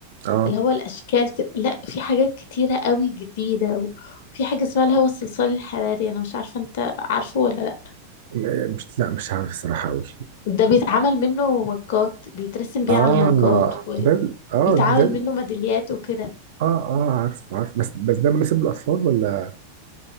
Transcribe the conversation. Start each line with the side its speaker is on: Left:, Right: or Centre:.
Right: اه
Left: اللي هو الاشكال كده لا في حاجات كتيره قوي جديده وفي حاجه اسمها اللي هو الصلصال الحراري انا مش عارفه انت عارفه ولا لا
Right: م- مش لا مش عارف الصراحه قوي
Left: ده بيتعمل منه مجات بيترسم بيه
Right: اه
Left: على المجات وبيتعمل
Right: ده ال- اه ده ال-
Left: منه ميداليات وكده
Right: اه اه عارف عارف بس بس ده مناسب للاطفال ولا